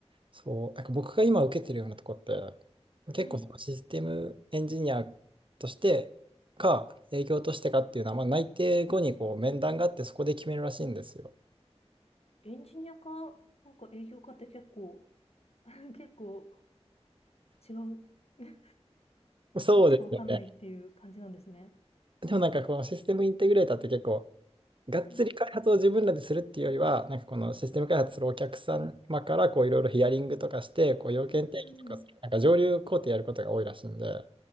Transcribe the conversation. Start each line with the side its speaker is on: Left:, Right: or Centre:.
Right: そう、なんか僕が今受けてるようなとこって、結構そのシステムエンジニア
Left: はい。
Right: としてか、営業としてかっていうのは、まあ、内定後にこう面談があって、そこで決めるらしいんですよ。
Left: エンジニアか、なんか営業かって結構、<laughs> 結構違う、<laughs>
Right: そうですよね。
Left: どっちかわかんないっていう感じなんですね。
Right: でもなんかこのシステムインテグレーターって結構、がっつり開発を自分らでするっていうよりは、
Left: うん。
Right: なんかこのシステム開発するお客様からこういろいろヒアリングとかして、こう要件定義とかする、
Left: うんうんうん。
Right: なんか上流工程やることが多いらしいんで。